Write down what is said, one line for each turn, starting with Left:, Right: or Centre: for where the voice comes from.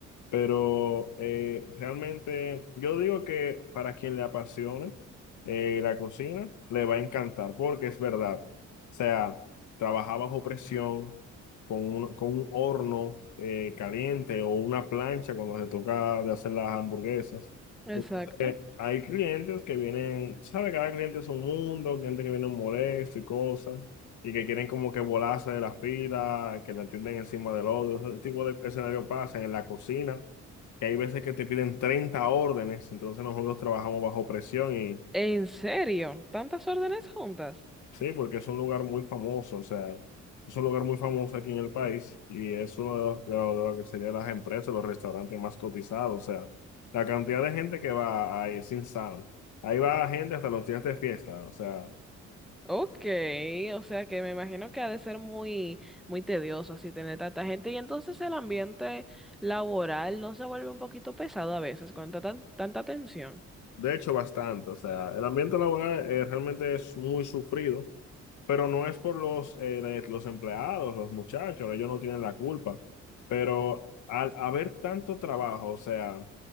Left: Pero eh, realmente yo digo que para quien le apasione eh, la cocina, le va a encantar, porque es verdad. O sea, trabajar bajo presión, con un, con un horno eh, caliente o una plancha cuando se toca de hacer las hamburguesas.
Centre: Exacto.
Left: Entonces, eh, hay clientes que vienen, sabe, cada cliente es un mundo, gente que viene molesto y cosas y que quieren como que volarse de la fila, que te atienden encima del otro. Ese tipo de escenario pasa en la cocina, que hay veces que te piden 30 órdenes, entonces nosotros trabajamos bajo presión y
Centre: ¿En serio? ¿Tantas órdenes juntas?
Left: sí, porque es un lugar muy famoso, o sea, es un lugar muy famoso aquí en el país y es uno de los, de lo de lo que serían las empresas, los restaurantes más cotizados, o sea, la cantidad de gente que va ahí es insano. Ahí va gente hasta los días de fiesta, o sea,
Centre: Ok, o sea que me imagino que ha de ser muy, muy tedioso así tener tanta gente y entonces el ambiente laboral no se vuelve un poquito pesado a veces con tanta, tanta tensión.
Left: de hecho bastante, o sea, el ambiente laboral eh, realmente es muy sufrido Pero no es por los, eh, de- los empleados, los muchachos, ellos no tienen la culpa. Pero al haber tanto trabajo, o sea,